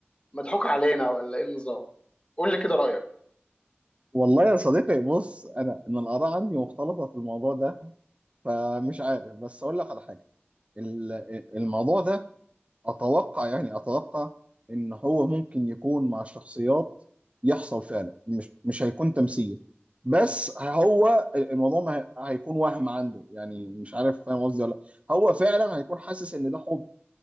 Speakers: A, on the left; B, on the right.
A: مضحوك علينا ولا ايه النظام قول لي كده رايك
B: والله يا صديقي بص انا ان الاراء عندي مختلطه في الموضوع ده فمش عارف بس اقول لك على حاجه ال- الموضوع ده اتوقع يعني اتوقع ان هو ممكن يكون مع شخصيات يحصل فعلا مش مش هيكون تمثيل بس هو الموضوع ما هي- هيكون وهم عنده يعني مش عارف فاهم قصدي ولا لأ. هو فعلا هيكون حاسس ان ده حب